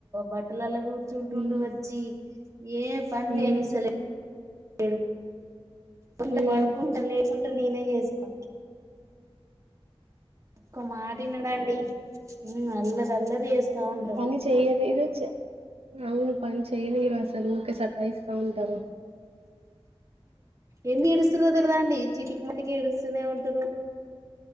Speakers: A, on the right (about 30°); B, on the right (about 75°).
A: బట్టలలా కూర్చుంటుండు
B: ఉమ్
A: వచ్చి ఏ పని
B: ఉమ్
A: చేయనిస్తలే ఏ కింద
B: ఉమ్
A: పడుకుంటా లేేకుంటా నేనే చేసుకో ఒక్క మాట ఇనడండి ఉమ్ అల్లరి అల్లరి చేస్తా ఉంటారు
B: పని చెయదు ఏదో అవును పని చెయదు మీరు అసలు ఊరికే సతాయిస్తా స్తా ఉంటారు
A: ఏమి ఏడుస్తరో తెలిదండి చిటికి మాటికి ఏడుస్తూనే ఉంటరు